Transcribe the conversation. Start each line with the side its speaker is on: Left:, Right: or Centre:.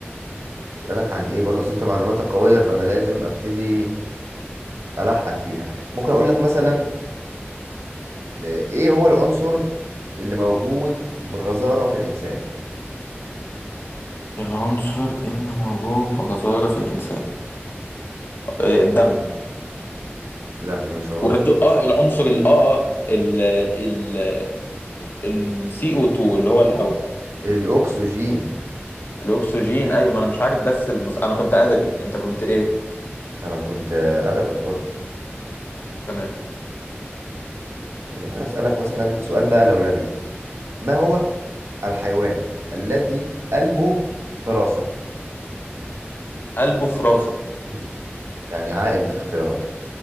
Right: أسألك عن إيه برضه بس أنت معلوماتك قوية فأنا لازم أبتدي ألحقك فيها ممكن أقول لك مثلا آه، إيه هو العنصر اللي موجود بغزارة في الإنسان
Left: العنصر اللي موجود بغزارة في الإنسان آه، الدم
Right: لا مش عنصر
Left: ولا بتقول
Right: ده.
Left: اه العنصر ال اه اه ال ال ال CO2 اللي هو الهواء
Right: الأكسجين
Left: الاكسجين ايوه ما انا مش عارف بس المس... انا كنت ادبي انت كنت ايه
Right: أنا كنت آه، أدبك برضو
Left: تمام
Right: ممكن أسألك مثلا سؤال بقى لولبي ما هو الحيوان الذي قلبه في راسه
Left: قلبه في راسه
Right: مم. يعني عاقل في اختياراته